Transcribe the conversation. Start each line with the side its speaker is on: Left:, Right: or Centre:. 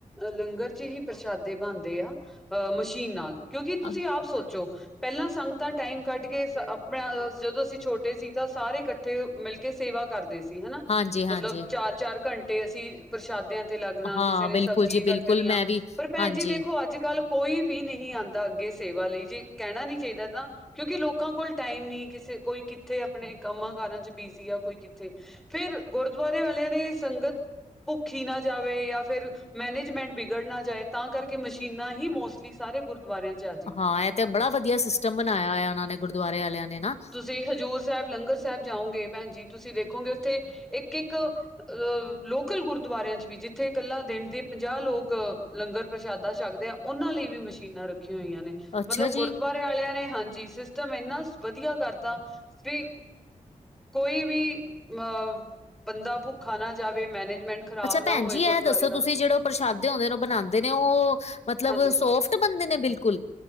Centre: ਲੰਗਰ ਚ ਹੀ ਪ੍ਰਸ਼ਾਦੇ ਬਣਦੇ ਆ ਅ ਮਸ਼ੀਨ ਨਾਲ। ਕਿਉਂਕਿ ਤੁਸੀਂ
Left: ਅ,
Centre: ਆਪ ਸੋਚੋ। ਪਹਿਲਾਂ ਸੰਗਤਾਂ ਟਾਈਮ ਕੱਢ ਕੇ ਆਪਣਾ। ਜਦੋਂ ਅਸੀਂ ਛੋਟੇ ਸੀ ਤਾਂ ਸਾਰੇ ਇਕੱਠੇ ਮਿਲ ਕੇ ਸੇਵਾ ਕਰਦੇ ਸੀ। ਹਨਾ
Left: ਹਾਂਜੀ ਹਾਂਜੀ
Centre: ਮਤਲਬ ਚਾਰ -ਚਾਰ ਘੰਟੇ ਅਸੀਂ ਪ੍ਰਸ਼ਾਦਿਆਂ। ਤੇ ਲੱਗਣਾ
Left: ਹਾਂ
Centre: ਕਿਸੇ ਨੇ
Left: ਬਿਲਕੁਲ
Centre: ਸਬਜ਼ੀ
Left: ਜੀ
Centre: ਕੱਟਣੀਆਂ
Left: ਬਿਲਕੁਲ ਮੈਂ ਵੀ
Centre: ਪਰ ਭੈਣ
Left: ਹਾਂਜੀ
Centre: ਜੀ ਦੇਖੋ ਅੱਜ। ਕੱਲ ਕੋਈ ਵੀ ਨਹੀਂ ਆਉਂਦਾ ਅੱਗੇ ਸੇਵਾ ਲਈ। ਜੇ ਕਹਿਣਾ ਨੀ ਚਾਹੀਦਾ ਤਾਂ। ਕਿਉਂਕਿ ਲੋਕਾਂ ਕੋਲ ਟਾਈਮ ਨਹੀਂ ਕਿਸੇ। ਕੋਈ ਕਿੱਥੇ ਆਪਣੇ ਕੰਮਾਂ ਕਾਰਾਂ 'ਚ ਬਿਜ਼ੀ ਆ। ਕੋਈ ਕਿੱਥੇ। ਫਿਰ ਗੁਰਦੁਆਰੇ ਵਾਲਿਆਂ ਨੇ ਸੰਗਤ। ਭੁੱਖੀ ਨਾ ਜਾਵੇ, ਜਾਂ ਫਿਰ ਮੈਨੇਜਮੈਂਟ ਬੀਗੜ ਨਾ ਜਾਵੇ ਤਾਂ ਕਰਕੇ ਮਸ਼ੀਨਾਂ ਹੀ ਮੋਸਟਲੀ ਸਾਰੇ ਗੁ <inaudible>
Left: ਹਾਂ ਇਹ ਤੇ ਬੜਾ ਵਧੀਆ ਸਿਸਟਮ ਬਣਾਇਆ ਹੋਇਆ ਉਹਨਾਂ ਨੇ ਗੁਰਦੁਆਰੇ ਵਾਲਿਆਂ ਨੇ ਨਾ।
Centre: ਤੁਸੀਂ ਹਜੂਰ ਸਾਹਿਬ ਲੰਗਰ ਸਾਹਿਬ ਜਾਓਗੇ ਭੈਣ ਜੀ। ਤੁਸੀਂ ਦੇਖੋਗੇ ਉੱਥੇ ਇੱਕ -ਇੱਕ ਅਹ। ਲੋਕਲ ਗੁਰਦੁਆਰਿਆਂ 'ਚ ਵੀ ਜਿੱਥੇ ਇਕੱਲਾ ਦਿਨ ਦੇ ਪੰਜਾਹ ਲੋਕ ਲੰਗਰ ਪ੍ਰਸ਼ਾਦਾ ਛਕਦੇ ਆ। ਉਹਨਾਂ ਲਈ ਵੀ ਮਸ਼ੀਨਾਂ ਰੱਖੀਆਂ ਹੋਈਆਂ ਨੇ
Left: ਅੱਛਾ
Centre: ਮਤਲਬ
Left: ਜੀ
Centre: ਗੁਰਦੁਆਰੇ। ਵਾਲਿਆਂ ਨੇ ਹਾਂ ਜੀ ਸਿਸਟਮ ਇੰਨਾ ਵਧੀਆ ਕਰਤਾ ਵੀ। ਕੋਈ ਵੀ ਅ ਬੰਦਾ ਭੁੱਖਾ ਨਾ ਜਾਵੇ। ਮੈਨੇਜਮੈਂਟ। ਖਰਾਬ
Left: ਅੱਛਾ
Centre: ਨਾ
Left: ਭੈਣ
Centre: ਹੋਏ
Left: ਜੀ ਇਹ
Centre: ਗੁਰਦੁਆਰੇ
Left: ਦੱਸੋ, ਤੁਸੀਂ
Centre: ਦਾ
Left: ਜਿਹੜੋ ਪ੍ਰਸ਼ਾਦੇ ਬਣਾਦੇ ਨੇ ਉਹ ਬਣਾਦੇ ਨੇ ਉਹ ਮਤਲਬ
Centre: ਹਾਂਜੀ
Left: ਸੋਫਟ ਬਣਦੇ ਨੇ ਬਿਲਕੁਲ